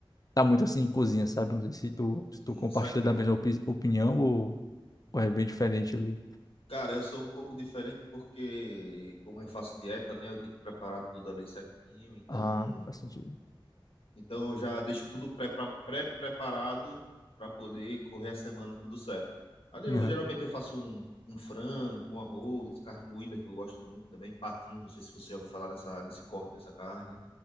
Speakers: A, on the left; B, on the left.
A: tá muito assim em cozinha, sabe? Não sei se tu, se
B: Sim,
A: tu compartilha
B: saquei.
A: da mesma opi- opinião ou, ou é bem diferente ali.
B: Cara, eu sou um pouco diferente porque, como eu faço dieta, né, eu tenho que preparar tudo ali certinho, então,
A: Ah, faz sentido.
B: então eu já deixo tudo pré- pra- pré-preparado para poder correr a semana tudo certo. Ali
A: Uhum.
B: eu geralmente eu faço um, um frango, um arroz, carne moída que eu gosto muito também, patinho, não sei se você já ouviu falar nessa, nesse corte dessa carne,